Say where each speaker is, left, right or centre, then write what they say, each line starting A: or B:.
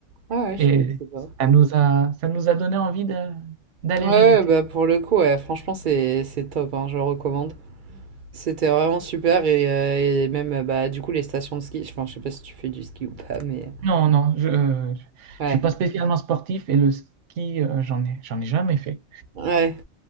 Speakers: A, on the right (about 60°); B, on the right (about 80°).
A: ah ouais,
B: et
A: je connaissais pas.
B: ça nous a, ça nous a donné envie de- d'aller
A: Ouais, ouais,
B: visiter.
A: bah pour le coup, ouais, franchement, c'est, c'est top, hein, je recommande. C'était vraiment super et, euh, et même, euh, bah, du coup, les stations de ski, enfin, je sais pas si tu fais du ski ou pas, mais...
B: Non, non, je ne
A: Ouais,
B: suis pas spécialement sportif et le ski, euh, j'en ai, j'en ai jamais fait.
A: ouais.